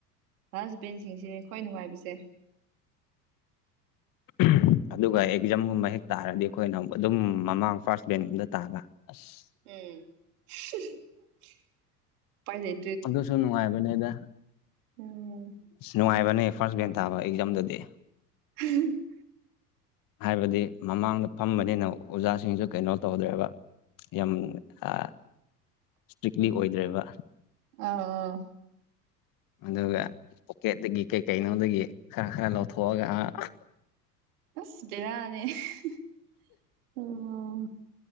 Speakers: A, on the right (about 65°); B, on the left (about 45°).
A: ꯂꯥꯁ ꯕꯦꯟꯁꯤꯡꯁꯤꯅꯦ ꯈ꯭ꯋꯥꯏ ꯅꯨꯡꯉꯥꯏꯕꯁꯦ
B: <unintelligible> ꯑꯗꯨꯒ ꯑꯦꯛꯖꯥꯝꯒꯨꯝꯕ ꯍꯦꯛ ꯇꯥꯔꯗꯤ ꯑꯈꯣꯏꯅ ꯑꯗꯨꯝ ꯃꯃꯥꯡ ꯐꯥ꯭ꯔꯁ ꯕꯦꯡꯒꯨꯝꯗ ꯇꯥꯕ ꯑꯁ
A: ꯎꯝ <unintelligible> ꯄꯥꯏ ꯂꯩ
B: ꯑꯗꯨꯁꯨ ꯅꯨꯡꯉꯥꯏꯕꯅꯦꯗ
A: ꯎꯝ
B: ꯑꯁ ꯅꯨꯡꯉꯥꯏꯕꯅꯦ ꯐꯥ꯭ꯔꯁ ꯕꯦꯟ ꯇꯥꯕ ꯑꯦꯛꯖꯥꯝꯗꯗꯤ
A: <unintelligible>
B: ꯍꯥꯏꯕꯗꯤ ꯃꯃꯥꯡꯗ ꯐꯝꯕꯅꯤꯅ ꯑꯣꯖꯥꯁꯤꯡꯁꯨ ꯀꯩꯅꯣ ꯇꯧꯗ꯭ꯔꯦꯕ ꯌꯥꯝ ꯑ ꯁ꯭ꯇꯔꯤꯛꯂꯤ ꯑꯣꯏꯗ꯭ꯔꯦꯕ
A: ꯑꯥ ꯑꯥ
B: ꯑꯗꯨꯒ ꯄꯣꯀꯦꯠꯇꯒꯤ ꯀꯩ ꯀꯩꯅꯣꯗꯒꯤ ꯈꯔ ꯈꯔ ꯂꯧꯊꯣꯛꯑꯒ ꯑꯥ
A: ꯑꯁ ꯒꯦꯔꯥꯅꯤ <unintelligible> ꯑꯣ